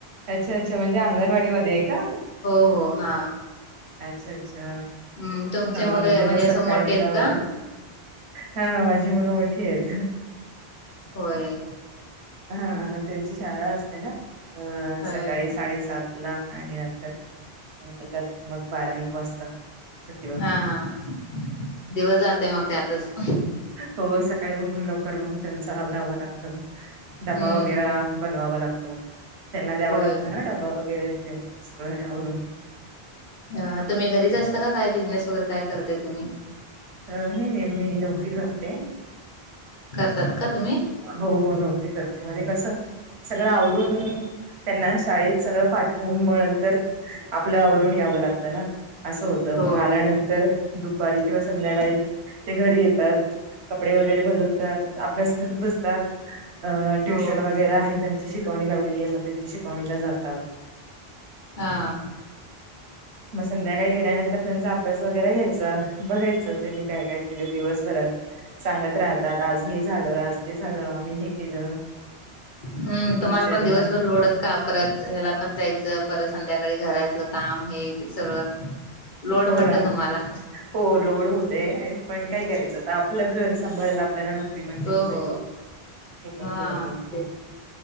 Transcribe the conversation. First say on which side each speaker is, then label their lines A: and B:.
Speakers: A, on the right; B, on the left.
A: अच्छा अच्छा! म्हणजे अंगणवाडी मध्ये आहे का?
B: हो हो हा.
A: अच्छा अच्छा!
B: हम्म तुमचे
A: हा
B: मुले
A: म्हणजे मग
B: असं
A: सकाळी
B: मोठे आहेत
A: जाव
B: का
A: लागत. हा माझी मुलं मोठी आहेत.
B: होय.
A: हा त्यांची शाळा असते ना अ
B: होय
A: सकाळी साडेसात ला. आणि नंतरेतत मग बारा एक वाजता. सुट्टी होते.
B: हा हा दिवस जातय मग त्यातच.
A: हो सकाळी उठून लवकर मग त्यांच आवरावं लागतं.
B: हम्म
A: ड्बा वगैरे बनवावा लागतो. त्यांना द्यावं
B: होय
A: लागतं ना डबा वगैरे सगळं आवरून.
B: ह तुम्ही घरीच असता काय बिझनेस वगैरे काय. करताय तुम्ही
A: अ हे नाही मी नोकरी करते.
B: करतात का तुम्ही?
A: हो हो नोकरी करते म कसं. सगळं आवरून त्यांना शाळेत सगळं पाठवून मग नंतर आपलं आवरून यावं लागतं ना असं होतं
B: हो
A: मग आल्यानंतर दुपारी किंवा संध्याकाळी ते घरी येतात. कपडे वगैरे बदलतात अभ्यास करत बसतात ट्युशन
B: हो
A: वगैरे आहे शिकवणी लावलेली आहे म त्याची शिकवणीला जातात.
B: हां हां
A: मग संध्याकाळी गेल्यानंतर त्यांचा अभ्यास वगैरे घ्यायचा. बघायचं त्यांनी काय काय केलं दिवसभरात. सांगत राहतात आज हे झालं आज ते झालं आम्ही हे केलं.
B: हम्
A: टीचर
B: तुम्हाला पण दिवसभर
A: ह
B: लोडच का परत ह्याला पण जायचं परत संध्याकाळी घरातलं काम हे ते सगळं लोड
A: हो
B: म्हटलं
A: ना
B: तुम्हाला.
A: हो लोड होते पण काय करायचं आपलं घर सांभाळायला आपल्याला नोकरी पण केली
B: हो
A: पाहिजे
B: हो
A: हे पण
B: हा
A: केलं पाहिजे
B: तेच